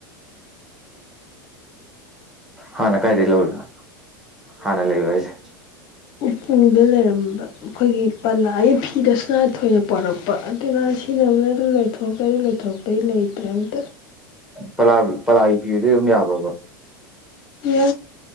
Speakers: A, in the centre; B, on the left.
A: ꯍꯟꯅꯥ ꯀꯥꯏꯗꯒꯤ ꯂꯧꯔꯤꯕꯥ ꯍꯟꯅꯥ ꯂꯩꯕ꯭ꯔꯥ ꯍꯥꯏꯁꯦv
B: ꯇꯨꯡ ꯗꯥ ꯂꯩ
A: ꯎꯝ <unintelligible>
B: ꯑꯩꯈꯣꯏꯒꯤ ꯄꯂꯥꯒꯤ ꯗꯥ ꯁꯅꯊꯣꯏ ꯅꯥ ꯄꯨꯔꯥꯛ ꯄꯥ ꯑꯗꯨꯅ ꯁꯤꯅ ꯑꯃꯅ ꯑꯗꯨ ꯂꯣꯏꯊꯣꯛꯇ꯭ꯔꯩ ꯑꯗꯨ ꯂꯩꯊꯣꯛꯄꯩ ꯂꯩꯅꯤ ꯇ꯭ꯔꯦꯟꯇꯦ
A: ꯄꯂꯥ ꯄꯂꯥꯒꯤ ꯄꯤꯔꯗꯤ ꯑꯗꯨꯝ ꯌꯥꯕ꯭ꯔꯣꯕꯣ
B: ꯌꯦ